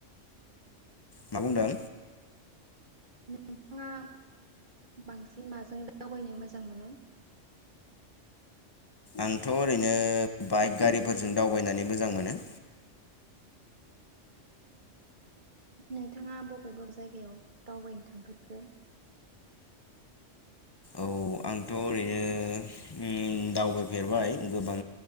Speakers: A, on the left (about 30°); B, on the right (about 45°).
A: मा बुंदों
B: नोंथाङा बांसिन माजों दावबायनो मोजां मोनो?
A: आंथ ओरैनो बाइक गारिफोरजों दावबायनानै मोजां मोनो।
B: नोंथाङा बबे बबे जायगायाव दावबायनो थांफेरखो
A: औ आंथ ओरैनो ओम दावबाय फेरबाय गोबां